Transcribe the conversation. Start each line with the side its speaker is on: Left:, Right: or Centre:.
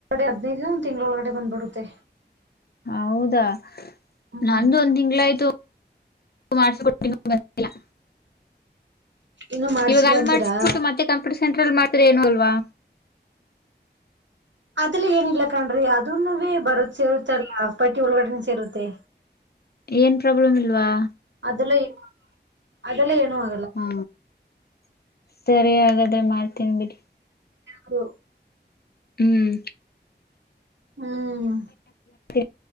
Right: ಅ ಒಂದ್ ತಿಂಗಳೊಳಗಡೆ ಬಂದ್ಬಿಡುತ್ತೆ
Left: ಹೌದಾ
Right: ಹ್ಮ್
Left: ನಂದು ಒಂದ್ ತಿಂಗ್ಳ ಆಯ್ತು ಮಾಡ್ಸಟ್ಟ ಬಿಲ್ಲ
Right: ಇನ್ನು ಮಾಡ್ಸಿಲ್ಲ
Left: ಇವಾಗ ಅಲ್ಲಿ
Right: ಅಂತೀರಾ
Left: ಮಾಡ್ಸಬಿಟ್ಟು ಮತ್ತೆ ಕಂಪ್ಯೂಟರ್ ಸೆಂಟರ್ ಅಲ್ಲಿ ಮಾಡಿದ್ರೆ ಏನು ಆಗಲ್ವಾ
Right: ಅದಲ ಏನಿಲ್ಲ ಕಣ್ರಿ ಅದು ನವೆ ಬರೋದ ಸೇರುತ್ತಲ್ಲ ಪಟ್ಟಿ ಒಳಗಡೆನೆ ಸೇರುತ್ತೆ
Left: ಏನ್ ಪ್ರಾಬ್ಲಮ್ ಇಲ್ವಾ
Right: ಅಲ್ಲನು ಅಲ್ಲ ಏನು ಅ
Left: ಹಾ ಸರಿ ಹಾಗಾದ್ರೆ ಮಾಡ್ತೀನಿ ಬಿಡಿ
Right: ಹು
Left: ಹ್ಮ್
Right: ಹ್ಮ್
Left: ಹ